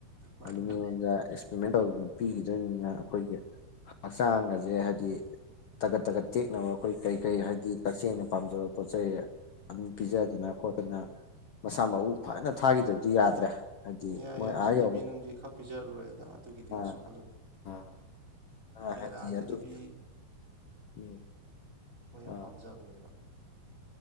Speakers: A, on the right; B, on the left.
A: ꯃꯥꯅꯤ
B: ꯑꯗꯨ ꯃꯤꯉꯣꯟꯗ
A: ꯃꯥꯅꯤ
B: ꯑꯦꯛꯁ꯭ꯄꯔꯤꯃꯦꯟ ꯇꯧꯅ ꯄꯤꯒꯤ ꯑꯗꯨꯅꯤꯅ ꯑꯈꯣꯏꯒꯤ ꯍꯛꯆꯥꯡꯒꯖꯦ ꯍꯥꯏꯗꯤ ꯇꯒꯠ ꯇꯒꯠ ꯇꯦꯛꯅꯕ ꯑꯈꯣꯏ ꯀꯩꯀꯩ ꯍꯥꯏꯗꯤ ꯀꯛꯆꯦꯡꯅ ꯄꯥꯝꯖꯕ ꯄꯣꯠ ꯆꯩꯩ ꯑꯗꯨꯝ ꯄꯤꯖ ꯗꯅ ꯈꯣꯠꯇꯅ ꯃꯁꯥ ꯃꯎ ꯐꯅ ꯊꯥꯒꯤꯗꯕꯗꯤ ꯌꯥꯗ꯭ꯔꯦ ꯍꯥꯏꯗꯤ
A: ꯌꯥꯏ
B: ꯃꯣꯏ
A: ꯌꯥꯏ
B: ꯑꯥ
A: ꯖꯤꯂꯤꯕꯤ
B: ꯌꯧꯕ
A: ꯅꯨꯡꯕꯤ ꯈꯔ ꯄꯤꯖ ꯂꯣꯏꯔꯦꯗ ꯑꯗꯨꯒꯤꯗꯤ
B: ꯑꯥ
A: ꯀꯩꯁꯨ ꯈꯜꯂꯨꯅꯨ
B: <inaudible>
A: ꯕꯦꯔꯥ ꯖꯤꯂꯤꯕꯤ
B: ꯑꯗꯨ <unintelligible>
A: ꯃꯣꯏ ꯌꯥꯝ
B: ꯑꯥ
A: ꯄꯥꯝꯖꯕꯅꯦꯕ